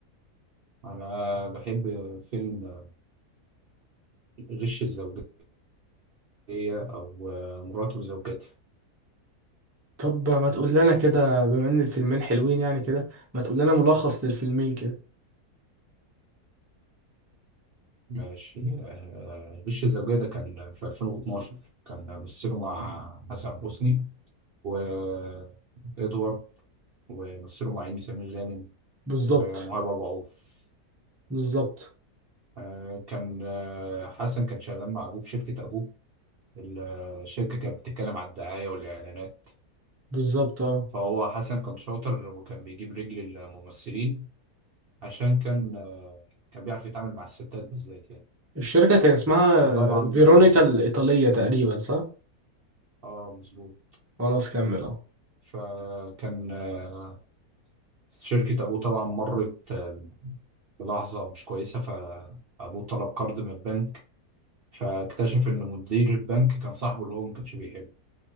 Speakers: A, on the right; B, on the right.
A: انا بحب فيلم آه، غش الزوجية هي أو آه، مراته وزوجته
B: طب ما تقول لنا كده بما ان الفيلمين حلوين يعني كده ما تقول لنا ملخص للفيلمين كده
A: ماشي آه، وش الزوجية ده كان في 2012 كان مثله مع حسن حسني وإدوارد ومثله مع إيمي سمير غانم
B: بالظبط
A: ومهاب أبو عوف
B: بالظبط
A: آه، كان آه، حسن كان شغال مع أبوه في شركة أبوه ال- الشركة كانت بتتكلم على الدعاية والإعلانات
B: بالظبط اه
A: فهو حسن كان شاطر وكان بيجيب رجل الممثلين عشان كان آه، كان بيعرف يتعامل مع الستات بالذات يعني
B: الشركة كان اسمها
A: فطبعا
B: فيرونيكا
A: آه،
B: الإيطالية تقريبا صح؟
A: اه مظبوط
B: خلاص كمل اه
A: فكان آه، شركة أبوه طبعا مرت آه، بلحظة مش كويسة فأبوه طلب قرض من البنك فاكتشف إن مدير البنك كان صاحبه اللي هو ما كانش بيحبه